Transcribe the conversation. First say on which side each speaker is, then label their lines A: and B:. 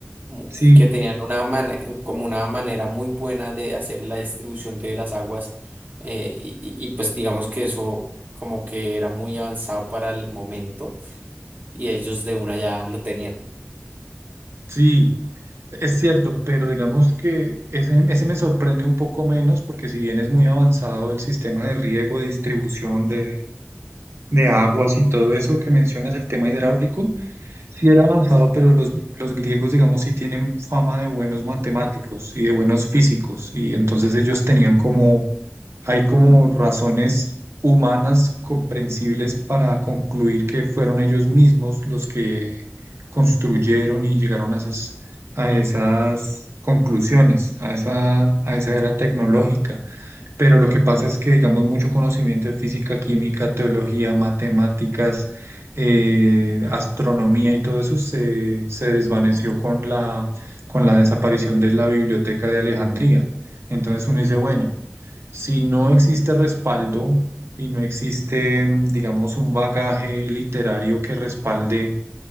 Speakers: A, on the right; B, on the right.
A: mu-
B: sí.
A: y que tenían una mane- como una manera muy buena de hacer la distribución de las aguas eh, y, y- y, pues digamos que eso como que era muy avanzado para el momento y ellos de una ya lo tenían.
B: Sí, es cierto, pero digamos que ese, ese me sorprende un poco menos porque si bien es muy avanzado el sistema de riego, de distribución de, de aguas y todo eso que mencionas, el tema hidráulico, sí era avanzado, pero los, los griegos, digamos, sí tienen fama de buenos matemáticos y de buenos físicos, y entonces ellos tenían como hay como razones humanas comprensibles para concluir que fueron ellos mismos los que construyeron y llegaron a esas, a esas conclusiones, a esa, a esa era tecnológica. Pero lo que pasa es que, digamos, mucho conocimiento de física, química, teología, matemáticas, eh, astronomía y todo eso se, se desvaneció con la, con la desaparición de la Biblioteca de Alejandría. Entonces uno dice, bueno. Si no existe respaldo y no existe, mm, digamos, un bagaje literario que respalde